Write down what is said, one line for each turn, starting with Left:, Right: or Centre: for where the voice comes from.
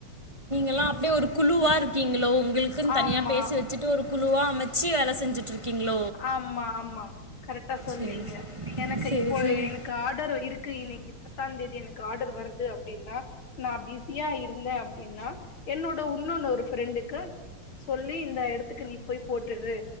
Right: எல்லா அப்டியே ஒரு குழுவா இருக்கீங்ளோ உங் ங்உளுக்கு தனியா
Left: ஆமா
Right: பேசி வச்சுட்டு ஒரு. குழுவா அமச்சி வேல செஞ்சிட்டிறிங்ளோ
Left: ஆமா ஆமா கரட்டா சொன்னீங்க
Right: சரி
Left: எனக்கு
Right: சரி
Left: இப்போ
Right: சரி
Left: எனக்கு ஆடர் இருக் கு இன்னிக்கி பத்தாந்தேதி எனக்கு ஆர்டர் வருது அப்டின்னா நா பிஸியா இருந்தே அப்டின்னா என்னோட உன்னொன்னு ஒரு ஃப்ரெண்டுக்கு சொல்லி இந்த எடத்துக்கு நீ போய் போட்டுரு